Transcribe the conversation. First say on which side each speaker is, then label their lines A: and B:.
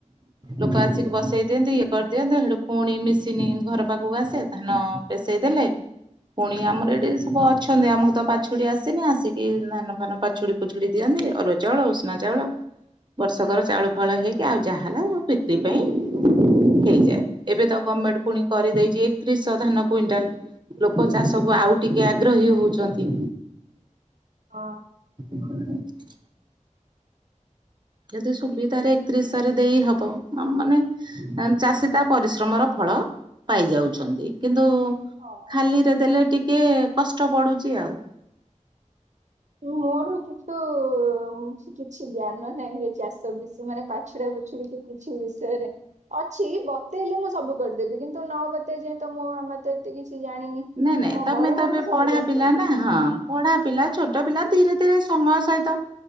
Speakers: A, on the right; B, on the right.
A: ଲୋକ ଆସିକି ବସେଇ ଦିଅନ୍ତି ଇଏ କରିଦିଅନ୍ତି ଲୁକ୍ ପୁଣି ମିଶିନି ଘର ପାଖକୁ ଆସେ ଧାନ ପେସେଇ ଦେଲେ। ପୁଣି ଆମର ଏଠି ସବୁ ଅଛନ୍ତି। ଆମକୁ ତ ପାଛୁଡି ଆସେନି ଆସିକି ଧାନ ଫାନ ପାଛ ଫାଛୁଡି ପୁଛୁଡି ଦିଅନ୍ତି। ଅରୁଆ ଚାଉଳ ଉଷୁନା ଚାଉଳ ବର୍ଷକର ଚାଉଳ ଫାଉଳ ହେଇକି ଆଉ ଯାହା ହେଲା ଆ ବିକ୍ରି ପାଇଁ ହେଇଯାଏ। ଏବେ ତ ଗମେଣ୍ଟ ପୁଣି କରିଦେଇଛି ଏକତିରିଶହ ଧାନ କୁଇଣ୍ଟାଲ। ଲୋକ ଚାଷ କୁ ଆଉ ଟିକେ ଆଗ୍ରହୀ ହଉଛନ୍ତି।
B: ହଁ।
A: <inaudible> ଯଦି ସୁବିଧାରେ ଏକତିରିଶହରେ ଦେଇ ହବ ହ ମାନେ ଚାଷୀ ତା ପରିଶ୍ରମର ଫଳ ପାଇ ଯାଉଛନ୍ତି। କିନ୍ତୁ
B: ହଁ
A: ଖାଲିରେ ଦେଲେ ଟିକେ କଷ୍ଟ ପଡୁଚି ଆଉ।
B: ମୋର କିନ୍ତୁ କିଛି ଜ୍ଞାନ ନାହିଁ ଏଇ ଚାଷୀ ମାନେ ପାଛୁଡା ପାଛୁଡି କି କିଛି ବିଷୟରେ ଅଛି ବତେଇଲେ ମୁଁ ସବୁ କରିଦେବି କିନ୍ତୁ ନ ବତେଇ ଯାଏ ତ ମୁଁ ଆମର ତ ଏତେ କିଛି ଜାଣିନି।
A: ନାଇଁ ନାଇଁ
B: ମୋ
A: ତମେ
B: ବଡ
A: ତ
B: ମାମା
A: ଏବେ
B: ସବୁ
A: ପଢା
B: ଜାଣିଛନ୍ତି
A: ପିଲା ନା ହଁ। ପଢା ପିଲା ଛୋଟ ପିଲା ଧୀରେ ଧୀରେ ସମୟ ସହିତ